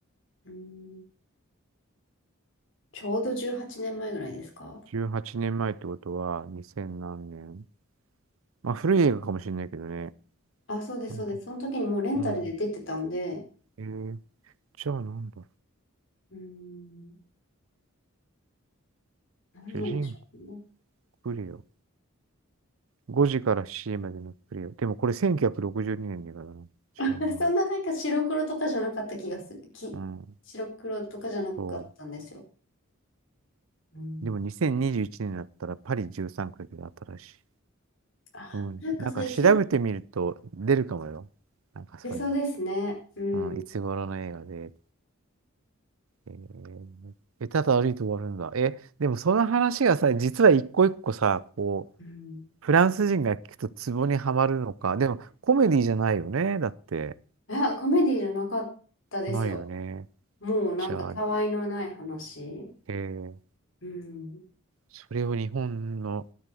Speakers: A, on the left (about 60°); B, on the right (about 75°).
A: うん、ちょうど18年前ぐらいですか
B: 18年前ってことは、2000何年まあ、古い映画かもしれないけどね。
A: あ、そうです、
B: なんだ
A: そうです。その時にもうレンタルで出てたんで、
B: うん。えー、じゃあなんだ
A: うーん、何なんでしょうね。
B: 主人公クレオ。5時から C までのクレオ。でもこれ1962年の映画だな。
A: <laughs>
B: 違うな。
A: そんななんか白黒とかじゃなかった気がする。き、
B: うん。
A: 白黒とかじゃなかったんですよ。
B: そ
A: うん、
B: う。でも2021年だったらパリ13区が新しい。
A: あ、
B: うん。
A: なんかそれ聞いた。
B: なんか調べてみると出るかもよ。なんかそういう
A: 出そうですね。うん。
B: の。うん。いつ頃の映画で。えー、えただ歩いて終わるんだ。え、でもその話がさ、実は一個一個さ、こう、
A: うん。
B: フランス人が聞くとツボにはまるのか。でも、コメディじゃないよね。だって。
A: あ、コメディじゃなかったですよ。
B: ないよね。
A: もうなんかたわいのない話。
B: じゃあ、えー
A: うん。
B: それを日本の